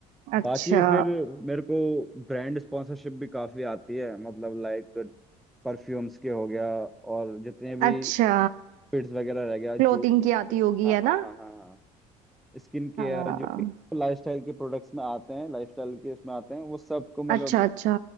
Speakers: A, on the right; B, in the centre.
A: अच्छा
B: बाकी फिर मेरे को ब्रांड स्पॉन्सरशिप भी काफी आती है मतलब लाइक परफ्यूम्स के हो गया और जितने भी
A: अच्छा
B: फिट्स वगैरह रह गया जूते
A: क्लोथिंग की आती होगी
B: हाँ
A: है
B: हाँ
A: ना
B: हाँ हाँ हाँ स्किन केयर
A: हाँ
B: जो भी लाइफस्टाइल के प्रोडक्ट्स में आते हैं लाइफस्टाइल के इसमें आते हैं वो सबको मतलब
A: अच्छा अच्छा